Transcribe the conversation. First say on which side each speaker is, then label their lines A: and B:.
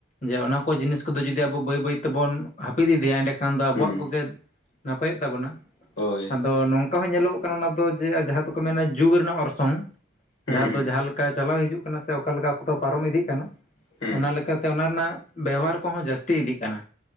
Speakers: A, on the left; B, on the left.
A: ᱡᱮ ᱚᱱᱟ ᱠᱚ ᱡᱤᱱᱤᱥ ᱠᱚᱫᱚ ᱡᱩᱫᱤ, ᱟᱵᱚ ᱵᱟᱹᱭ ᱵᱟᱹᱭ ᱛᱮᱵᱚᱱ ᱦᱟᱹᱯᱤᱫ ᱤᱫᱤᱭᱟ, ᱮᱸᱰᱮᱠᱷᱟᱱ ᱫᱚ ᱟᱵᱚᱣᱟᱜ
B: ᱦᱩᱸ
A: ᱠᱚᱜᱮ ᱱᱟᱯᱟᱭᱚᱜ ᱛᱟᱵᱚᱱᱟ᱾
B: ᱦᱳᱭ
A: ᱟᱫᱚ ᱱᱚᱝ ᱚᱱᱠᱟ ᱦᱚᱸ ᱧᱮᱞᱚᱜ ᱠᱟᱱᱟ ᱾ ᱚᱱᱟ ᱫᱚ ᱡᱮ ᱡᱟᱸᱦᱟ ᱫᱚᱠᱚ ᱢᱮᱱᱟ ᱡᱩᱜᱽ ᱨᱮᱱᱟᱜ ᱚᱨᱥᱚᱝ,
B: ᱦᱩᱸ
A: ᱡᱟᱦᱟᱸ ᱫᱚ ᱡᱟᱦᱟᱸ ᱞᱮᱠᱟ ᱪᱟᱞᱟᱣ ᱦᱤᱡᱩᱜ ᱠᱟᱱᱟ ᱾ ᱥᱮ ᱚᱠᱟ ᱞᱮᱠᱟ ᱠᱚᱫᱚ ᱯᱟᱨᱚᱢ ᱤᱫᱤᱜ ᱠᱟᱱᱟ ᱾
B: ᱦᱩᱸ
A: ᱚᱱᱟ
B: ᱦᱩᱸ ᱦᱩᱸ
A: ᱞᱮᱠᱟ ᱛᱮ ᱚᱱᱟ ᱨᱮᱱᱟᱜ ᱵᱮᱣᱦᱟᱨ ᱠᱚᱦᱚᱸ ᱡᱟᱹᱥᱛᱤ ᱤᱫᱤᱜ ᱠᱟᱱᱟ᱾